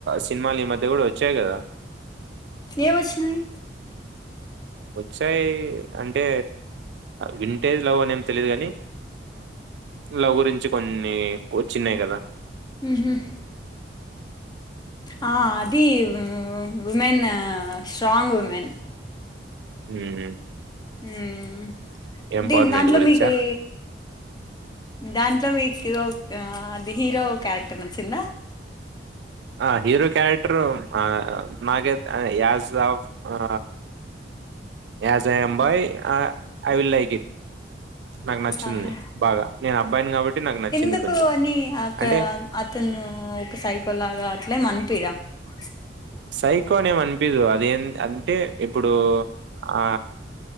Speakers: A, on the right; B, on the left.
A: సినిమాలు ఈ మధ్య కూడా వచ్చాయి కదా
B: ఏవ్ ఒచ్చినయి
A: వచ్చాయి అంటే వింటేది లవ్ అనేం తెలీయదు కాని లవ్ గురించి కొన్ని చిన్నాయి కదా
B: మ్ హుమ్ ఆ అది వుమెన్ స్ట్రాంగ్ వుమెన్
A: మ్మ్
B: మ్మ్
A: ఎంపవర్‌మెంట్
B: దిన్ దాంట్లో
A: గురించా?
B: మీక్ ఎ దాంట్లో మీక్ ఒ ఆ అది హీరో క్యారెక్టర్ నచ్చిందా
A: ఆ హీరో క్యారెక్టరు ఆ నాగైత్ యాస్ ఆఫ్ ఆ యాజ్ ఐయాం బై ఆ ఐ విల్ లైక్ ఇట్ నాకు నచ్చింది
B: ఆహా
A: బాగా. నేను అబ్బాయిని కాబట్టి నాకు నచ్చింది
B: ఎందుకు
A: కొంచెం.
B: అని అక్కడ
A: అంటే
B: అతను ఒక సైకోల్లాగా అట్లే మనిపిదా <unintelligible>
A: సైకోనేేం అనిపిధు అదేం అంటే ఇప్పుడు ఆ